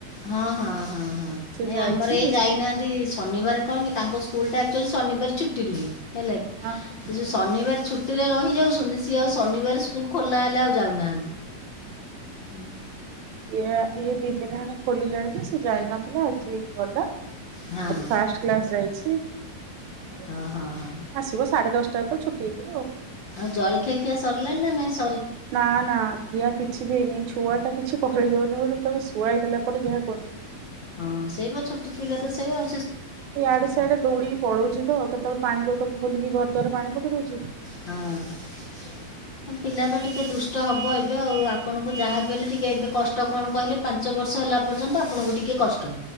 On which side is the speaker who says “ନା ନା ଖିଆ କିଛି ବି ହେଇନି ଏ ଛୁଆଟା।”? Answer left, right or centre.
Right